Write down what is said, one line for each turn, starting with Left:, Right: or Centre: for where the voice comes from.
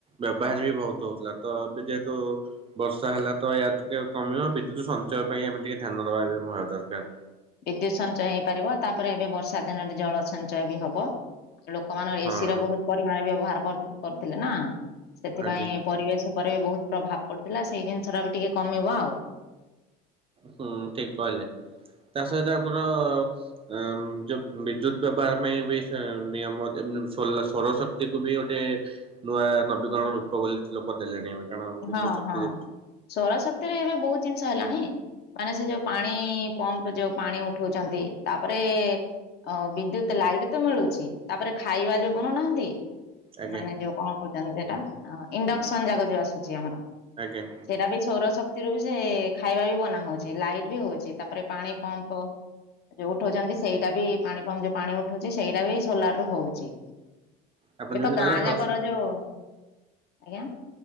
Right: ବ୍ୟବହାର ବି ବହୁତ ହଉଥିଲା ତ ଏବେ ଯେହେତୁ ବର୍ଷା ହେଲା ତ ୟା ଟିକେ କମିବ ବିଦ୍ୟୁତ ସଞ୍ଚୟ ପାଇଁ ଆମେ ଟିକେ ଧ୍ୟାନ ଦବା ବି ଦରକାର।
Left: ବିଦ୍ୟୁତ୍ ସଞ୍ଚୟ ହେଇପାରିବ ତାପରେ ଏବେ ବର୍ଷା ଦିନରେ ଜଳ ସଞ୍ଚୟ ବି ହବ। ଲୋକମାନ
Right: ହଁ
Left: ଏସି ର ବହୁତ୍ ପରିମାଣରେ ବ୍ୟବହାର କରିଥିଲେ କରୁଥିଲେ ନା ସେଥିପାଇଁ
Right: ଆଜ୍ଞା
Left: ପରିବେଶ ଉପରେ ବି ବହୁତ ପ୍ରଭାବ ପଡୁଥିଲା ସେଇ ଜିନିଷ ଟା ବି ଟିକେ କମିବ ଆଉ।
Right: ହୁଁ ଠିକ୍ କହିଲେ ତା ସହିତ ଆମର ଆ ଯୋଉ ବିଦ୍ୟୁତ ବ୍ୟବହାର ପାଇଁ ବି ନିୟମ ଯେମିତି ସୋଲାର୍ ସୌର ଶକ୍ତି କୁ ବି ଗୋଟେ ନୂଆ ନବୀକରଣ ରୂପ ବୋଲି ଲୋକ ଦେଲେଣି ଏବେ। କାରଣ ବିଦ୍ୟୁତ
Left: ହଁ
Right: ଶକ୍ତି
Left: ହଁ
Right: ଯେ
Left: ସୌରଶକ୍ତିରେ ଏବେ ବହୁତ ଜିନିଷ ହେଲାଣି ମାନେ ସେ ଯୋଉ ପାଣି
Right: ଆଜ୍ଞା
Left: ପମ୍ପ ଯୋଉ ପାଣି ଉଠଉଛନ୍ତି ତାପରେ ଅ ବିଦ୍ୟୁତ ଲାଇଟ ତ ମିଳୁଛି ତାପରେ ଖାଇବା ଯୋଉ ବନଉନାହାନ୍ତି
Right: ଆଜ୍ଞା
Left: ମାନେ ଯୋଉ କଣ କହୁଛନ୍ତି ସେଟା ଇଣ୍ଡକ୍ସନ ଯାଗ ଯୋଉ ଆସୁଛି ଆମର
Right: ଆଜ୍ଞା
Left: ସେଇଟା ବି ସୋର ଶକ୍ତିରୁ ବି ସେ ଖାଇବା ବି ବନା ହଉଛି ଲାଇଟ ବି ହଉଛି ତାପରେ ପାଣି ପମ୍ପ ଯୋଉ ଉଠଉଛନ୍ତି ସେଇଟା ବି ପାଣି ଫମ୍ ଯୋଉ ପାଣି ଉଠଉଛି ସେଇଟା ବି ସୋଲାର ରୁ ହଉଛି। ଏବେ
Right: ଆପଣ ଯେମିତି
Left: ତ ଗାଁ
Right: କହିଲେ ସ
Left: ଯାକର ଯୋଉ, ଆଜ୍ଞା